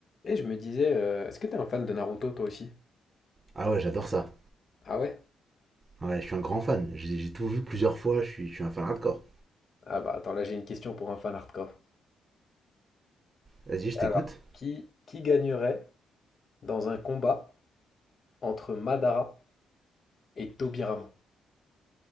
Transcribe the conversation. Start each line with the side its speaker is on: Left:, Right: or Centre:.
Left: Et je me disais, euh, est-ce que t'es un fan de Naruto toi aussi?
Right: Ah ouais, j'adore ça.
Left: Ah ouais?
Right: Ouais, je suis un grand fan. J'ai j'ai tout vu plusieurs fois, je suis, je suis un fan hardcore.
Left: Ah bah attends, là j'ai une question pour un fan hardcore.
Right: Vas-y, je
Left: Alors,
Right: t'écoute.
Left: qui, qui gagnerait dans un combat entre Madara et Tobirama?